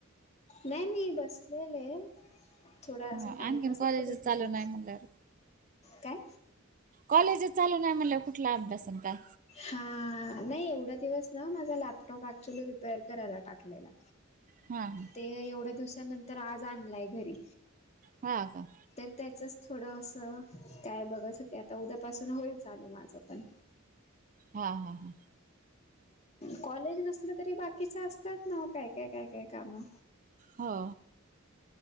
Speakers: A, on the left; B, on the right.
A: नाही मी बसलेले थोडा
B: हा
A: असा टाइमपासच
B: आणखीन कॉलेजच
A: करत
B: चालू
A: होते,
B: नाही म्हणल्यावर
A: काय?
B: कॉलेजच चालू नाही म्हटल्यावर कुठला अभ्यास आता.
A: हा नाही एवढा दिवस ना माझा लॅपटॉप ऍक्च्युली रिपेअर करायला टाकलेला.
B: हां
A: ते एवढ्या दिवसानंतर आज आणलाय घरी.
B: हा का.
A: तर त्याचच थोडं असं काय बघत होते आता उद्यापासून होईल चालू माझं पण.
B: हा हा हा.
A: कॉलेज नसल तरी बाकीच असतात ना काय- काय- काय- काय काम.
B: हो.